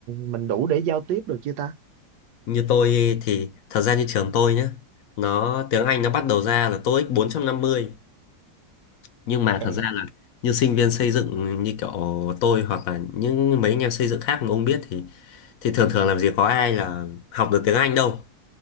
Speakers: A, on the right (about 75°); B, on the left (about 65°).
A: mình đủ để giao tiếp được chưa ta?
B: Như tôi thì thật ra như trường tôi nhá, nó tiếng Anh nó bắt đầu ra là tô íc bốn trăm năm mươi nhưng mà
A: À,
B: thật ra là như sinh viên xây dựng như kiểu tôi hoặc là những mấy anh em xây dựng khác mà ông biết thì thì thường thường làm gì có ai là học được tiếng Anh đâu,